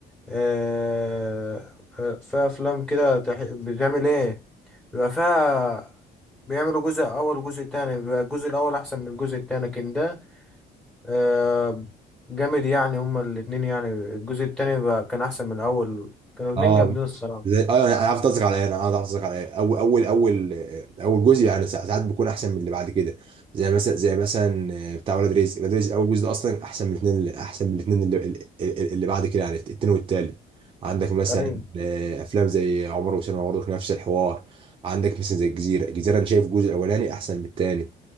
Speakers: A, in the centre; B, on the right (about 30°).
A: آه آه، في افلام كده تح- بتعمل ايه بيبقى فيها بيعملوا جزء اول وجزء تاني بيبقى الجزء الاول احسن من الجزء التاني لكن ده آه، جامد يعني هما الاتنين يعني الجزء التاني بقى كان أحسن من الأول كانوا الاتنين
B: اه
A: جامدين الصراحة
B: زي اه يعني انا عارف قصدك على ايه انا عارف قصدك على ايه اول اول اول اول جزء يعني سا- ساعات بيكون احسن من اللي بعد كده زي مثلا زي مثلا آه، بتاع ولاد رزق ولاد رزق اول جزء ده اصلا احسن من الاثنين احسن من الاثنين اللي, اللي, اللي بعد كده يعني التاني والتالت عندك مثلا
A: أيوة
B: آه، افلام زي عمر وسلمى برضه نفس الحوار عندك مثلا زي الجزيره الجزيره انا شايف الجزء الاولاني احسن من الثاني